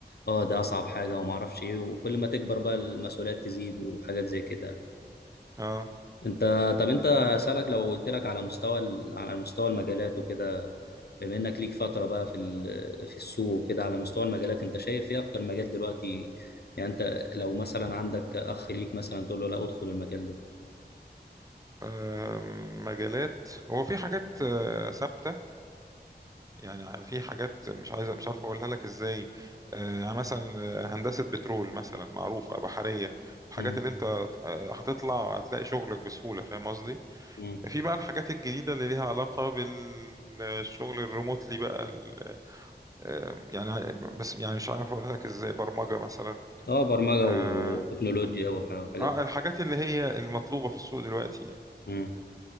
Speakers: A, on the left; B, on the right.
A: آه، ده أصعب حاجة وما أعرفش إيه وكل ما تكبر بقى المسؤوليات تزيد وحاجات زي كده
B: اه
A: أنت طب أنت أسألك لو قلت لك على مستوى ال- على مستوى المجالات وكده بما إنك ليك فترة بقى في ال- في السوق وكده على مستوى المجالات أنت شايف إيه أكتر مجال دلوقتي يعني أنت لو مثلا عندك أخ ليك مثلا تقول له لا أدخل المجال ده
B: آم، مجالات هو في حاجات آه، ثابتة يعني في حاجات مش عايز مش عارف أقولها لك إزاي آه، يعني مثلا آه، هندسة بترول مثلا معروفة بحرية الحاجات
A: مم.
B: اللي أنت آه، هتطلع هتلاقي شغلك بسهولة فاهم قصدي
A: مم.
B: في بقى الحاجات الجديدة اللي ليها علاقة بالشغل الريموتلي بقى ال- آه، يعني بس يعني مش عارف أقولها لك إزاي برمجة مثلا
A: اه برمجة
B: آه
A: وتكنولوجيا وح- وحاجات
B: آه، الحاجات اللي هي المطلوبة في السوق دلوقتي
A: دي